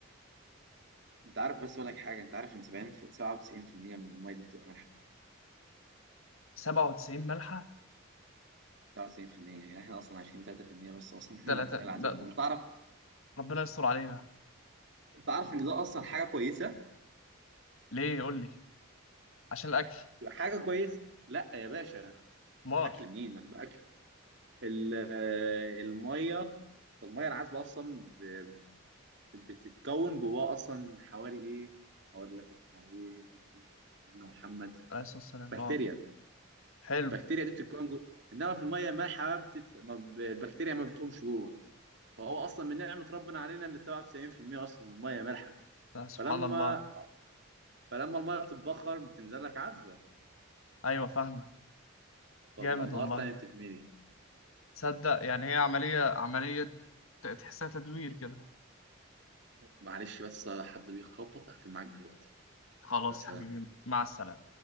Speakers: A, on the right; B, on the left.
A: انت عارف بس اقول لك حاجه انت عارف ان 70 في- 97% من الميه دي بتبقى مالحه
B: 97 ملحة
A: 97% يعني احنا اصلا عايشين ب 3% بس اصلا من
B: تلاتة
A: الميه العذبه
B: ده
A: وانت تعرف
B: ربنا يستر علينا
A: انت عارف ان ده اصلا حاجه كويسه
B: ليه يقول لي عشان الاكل
A: حاجه كويس لا يا باشا
B: مال
A: اكل منين اكل ال- الميه الميه العذبه اصلا ب- بتتكون جواها اصلا حوالي ايه اقول لك اسمها ايه سيدنا محمد
B: عليه الصلاة والسلام
A: بكتيريا
B: اه حلو
A: البكتيريا دي بتتكون جوه انما في الميه المالحه بتت... ما ب... البكتيريا ما بتقومش جوه فهو اصلا من نعمه ربنا علينا ان 97% اصلا من الميه مالحه
B: ده سبحان
A: فلما
B: الله
A: فلما الميه بتتبخر بتنزل لك عذبه
B: ايوه فاهمك
A: فالانهار
B: جامد والله
A: تاني بتتملي
B: تصدق يعني هي عملية عملية ت- تحسها تدوير كده
A: معلش بس حد بيخبط هقفل معاك دلوقتي
B: خلاص
A: فسلام
B: يا حبيبي مع السلامة